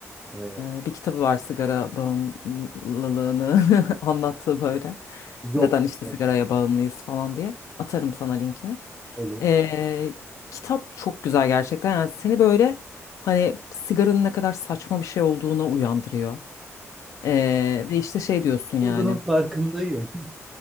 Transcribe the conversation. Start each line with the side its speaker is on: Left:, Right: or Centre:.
Centre: E,
Left: e, bir kitabı var sigara bağımlılığını <laughs> anlattığı böyle.
Centre: yok
Left: Neden işte
Centre: bilmiyorum.
Left: sigaraya bağımlıyız falan diye. Atarım sana linkini.
Centre: Olur.
Left: E, kitap çok güzel gerçekten. Yani seni böyle hani sigaranın ne kadar saçma bir şey olduğuna uyandırıyor. Ee, ve işte şey diyorsun yani.
Centre: Olduğunun farkındayım.